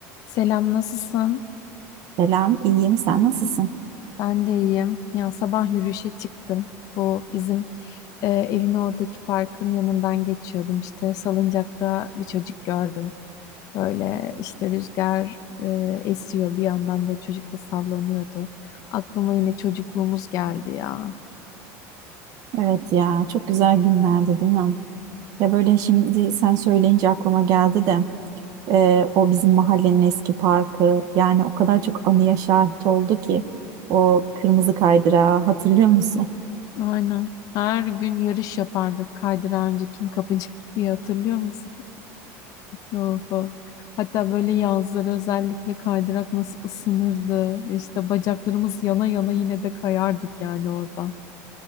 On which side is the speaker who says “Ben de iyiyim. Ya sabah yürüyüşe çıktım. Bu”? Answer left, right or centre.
Left